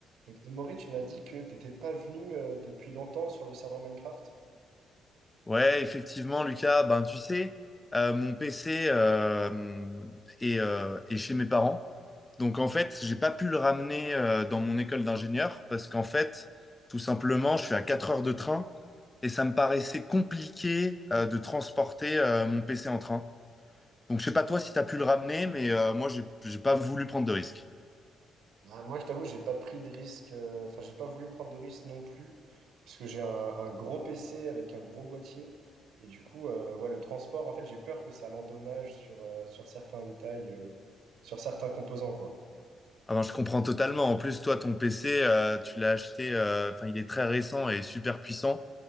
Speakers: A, on the right; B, on the left.
A: Et Maurice, tu m'as dit que t'étais pas venu euh, depuis longtemps sur le serveur Minecraft.
B: Ouais, effectivement, Lucas, ben tu sais, euh, mon PC euh, est, euh, est chez mes parents. Donc en fait, j'ai pas pu le ramener euh, dans mon école d'ingénieur parce qu'en fait, tout simplement, je suis à 4 heures de train et ça me paraissait compliqué euh, de transporter euh, mon PC en train. Donc je sais pas toi si tu as
A: Ah.
B: pu le ramener, mais euh, moi, j'ai j'ai pas voulu prendre de risque.
A: Bah, moi, je t'avoue, j'ai pas pris de risque, euh, enfin, j'ai pas voulu prendre de risque non plus, parce que j'ai un, un gros PC avec un gros boîtier. Et du coup, euh, ouais, le transport, en fait, j'ai peur que ça l'endommage sur, euh, sur certains détails, euh, sur certains composants, quoi.
B: Ah ben, je comprends totalement. En plus, toi, ton PC, euh, tu l'as acheté, euh, enfin, il est très récent et super puissant.